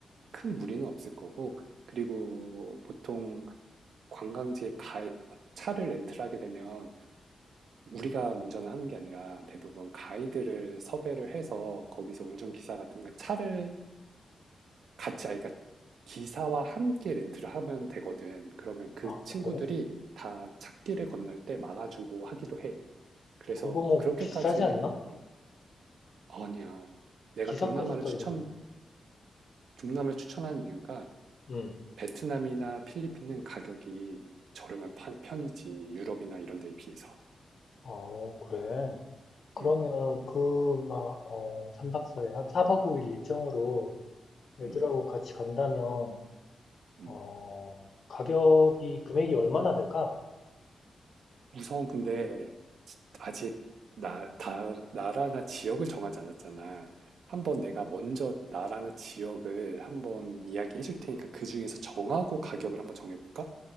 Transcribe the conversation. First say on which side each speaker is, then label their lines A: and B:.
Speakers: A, on the right (about 80°); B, on the left (about 55°).
A: 큰 무리는 없을 거고, 그리고 보통 관광지에 가, 차를 렌트를 하게 되면 우리가 운전을 하는 게 아니라 대부분 가이드를 섭외를 해서 거기서 운전기사 같은 거 차를 같이 아 그러니까 기사와 함께 렌트를 하면 되거든. 그러면 그
B: 아,
A: 친구들이
B: 그래?
A: 다 찾기를 건널 때 막아주고 하기도 해. 그래서
B: 그거 뭐
A: 그렇게까지
B: 비싸지 않나?
A: 음, 아니야. 내가
B: 기사까지
A: 동남아를
B: 떨리면.
A: 추천 동남아를 추천한 이유가
B: 음.
A: 베트남이나 필리핀은 가격이 저렴한 판- 편이지 유럽이나 이런 데에 비해서.
B: 어, 그래. 그러면
A: 음,
B: 그, 막, 어, 삼박 사 일한 4박 5일 일정으로 애들하고
A: 음,
B: 같이 간다면,
A: 음.
B: 어, 가격이, 금액이 얼마나 될까?
A: 우선 근데 아직 나, 다, 나라나 지역을 정하지 않았잖아. 한번 내가 먼저 나라나 지역을 한번 이야기해 줄 테니까 그 중에서 정하고 가격을 한번 정해볼까?